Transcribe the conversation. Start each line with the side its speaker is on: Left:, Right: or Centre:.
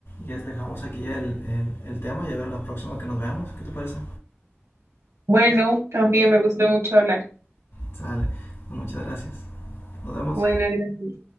Left: Y es dejamos aquí el, el, el tema y a ver a la próxima que nos veamos. ¿Qué te parece?
Right: Bueno, también me gustó mucho hablar.
Left: Sale. Muchas gracias. Nos vemos.
Right: Buenas, gracias.